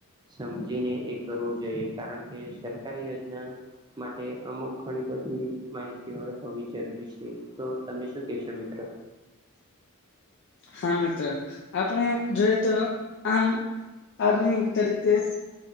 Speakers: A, on the right; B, on the left.
A: સમજીને એ કરવું જોઈએ, કારણ કે સરકારી યોજના માટે અમુક ઘણી બધી માહિતીઓ હોવી જરૂરી છે, તો તમે શું કેશો મિત્ર?
B: હા મિત્ર, આપણે જોઈએ તો આમ આદમી તરીકે